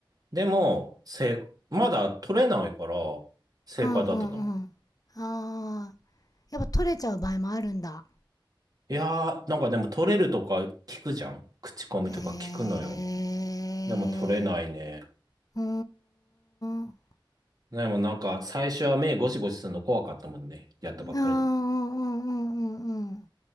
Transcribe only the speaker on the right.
でも、正、まだ取れないから、正解だったと思う。
いやー、なんかでも取れるとか聞くじゃん。口コミとか聞くのよ。
でも取れないね。
でもなんか、最初は目ゴシゴシするの怖かったもんね。やったばっかりの。